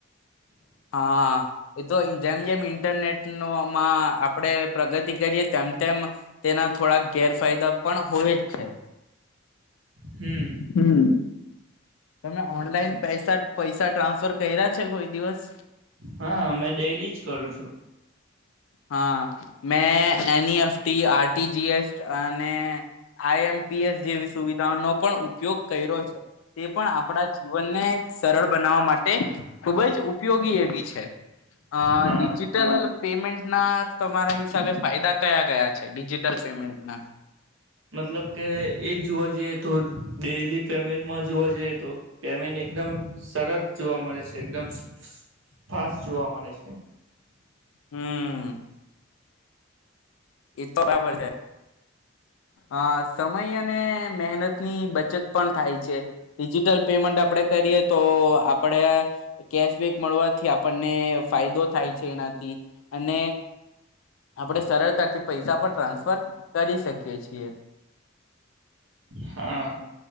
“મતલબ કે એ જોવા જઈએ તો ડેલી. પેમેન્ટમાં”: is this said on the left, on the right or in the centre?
Right